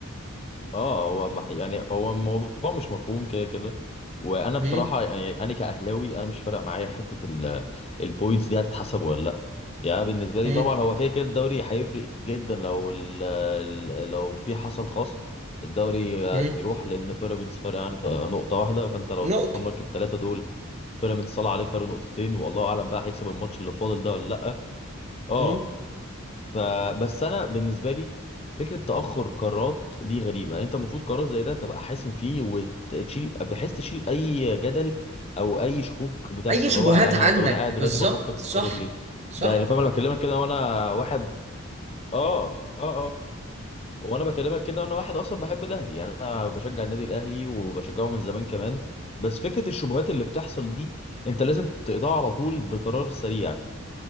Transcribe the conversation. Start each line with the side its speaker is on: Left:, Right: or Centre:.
Left: اه هو مح- يعني هو الموضوع مش مفهوم كده كده وانا بصراحه
Right: هم؟
Left: يعني انا كاهلاوي انا مش فارق معايا حته ال- البوينتس دي هتتحسب ولا لا يعني أنا بالنسبه لي
Right: هم؟
Left: طبعا هو كده كده الدوري هيفرق جدا لو ال ال- لو في حصل خصم الدوري
Right: هم؟
Left: هيروح لان بيراميدز فارق عن نقطه واحده فانت لو
Right: نقطة
Left: اتخصم لك الثلاثه دول بيراميدز طلع عليك فرق نقطتين والله اعلم بقى هيكسب الماتش اللي فاضل ده ولا لا اه
Right: هم؟
Left: فبس انا بالنسبه لي فكره تاخر قرارات دي غريبه يعني انت المفروض قرار زي ده تبقى حاسم فيه وتشيل بحيث تشيل اي جدل او اي شكوك بتحصل
Right: اي شبهات
Left: اللي هو انا
Right: عنك
Left: طب انا قاعد دلوقتي
Right: بالظبط
Left: بفكر في
Right: صح
Left: القرار ليه
Right: صح
Left: ده انا فاهم انا بكلمك كده وانا واحد اه اه اه وانا بكلمك كده وانا واحد اصلا بحب الاهلي يعني انا بشجع النادي الاهلي وبشجعه من زمان كمان بس فكره الشبهات اللي بتحصل دي انت لازم تقطعها على طول بقرار سريع